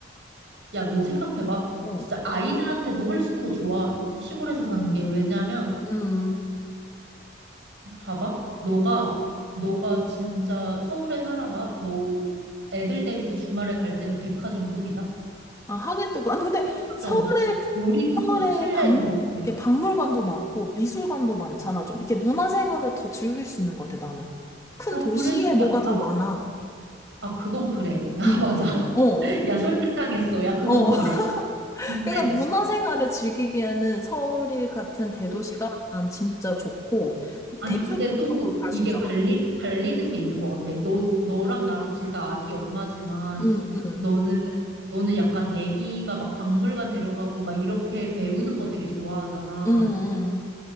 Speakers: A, on the right (about 70°); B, on the left (about 15°).
A: 야, 너 생각해봐.
B: 어.
A: 진짜 아이들한테도 훨씬 더 좋아, 시골에서 사는 게. 왜냐면,
B: 음.
A: 봐봐. 너가, 너가 진짜 서울에 살아봐. 너 애들 데리고 주말에 갈 때는 백화점뿐이다.
B: 아, 하긴 또, 그- 아니, 근데
A: 백화점,
B: 서울에,
A: 놀이기구,
B: 서울에
A: 실내
B: 박,
A: 놀이기구.
B: 이렇게 박물관도 많고 미술관도 많잖아, 좀. 이게 문화생활을 더 즐길 수 있는 것 같아, 나는. 큰
A: 야,
B: 도시에
A: 그래도,
B: 뭐가
A: 야,
B: 더
A: 아,
B: 많아.
A: 그- 아, 그건 그래. <laughs> 야,
B: 음,
A: 맞아.
B: 어,
A: <laughs> 야, 설득당했어. 야, 그건
B: 어.
A: 그래.
B: <laughs>
A: 근데,
B: 그러니까 문화생활을 즐기기에는 서울 같은 대도시가
A: 어,
B: 난 진짜 좋고, 이
A: 아니,
B: 대중교통으로
A: 근데 또
B: 갈
A: 이게
B: 수 있잖아.
A: 갈리, 갈리는 게 있는 것 같아. 너, 너랑 나랑 둘 다 아기 엄마지만,
B: 응 응
A: 너는 너는 약간 아기가 막 박물관 데려가고 막 이렇게 배우는 거 되게 좋아하잖아.
B: 응, 응, 응.